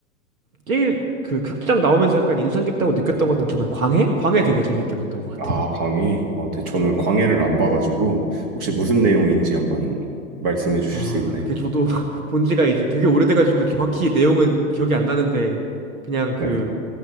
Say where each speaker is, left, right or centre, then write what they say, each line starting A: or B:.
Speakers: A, on the right; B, on the right.
A: 제일 그 극장 나오면서 약간 인상 깊다고 느꼈던 거는 저는 광해? 광해 되게 재밌게 봤던 것
B: 아,
A: 같아요.
B: 광해. 어, 네, 저는 광해를 안 봐가지고 혹시 무슨 내용인지 한번 말씀해 주실
A: 아,
B: 수 있나요?
A: 그게 저도 <laughs> 본 지가 이제 되게 오래돼가지고 정확히 내용은 기억이 안 나는데 그냥 그
B: 네.